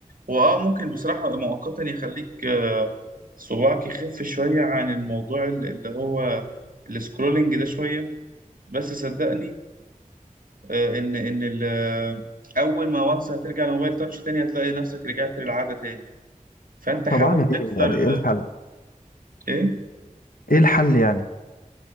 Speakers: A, on the right; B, on the left.
A: هو آه ممكن بصراحة مؤقتا يخليك آه، صباعك يخف شوية عن الموضوع ال- اللي هو السكرولينج ده شوية بس صدقني آه، إن إن ال- آه، أول ما وانس هترجع لموبايل تاتش تاني هتلاقي نفسك رجعت للعادة تاني فأنت حاول
B: طب اعمل
A: تكسر
B: ايه يعني
A: ال
B: ايه الحل
A: إيه؟
B: ايه الحل يعني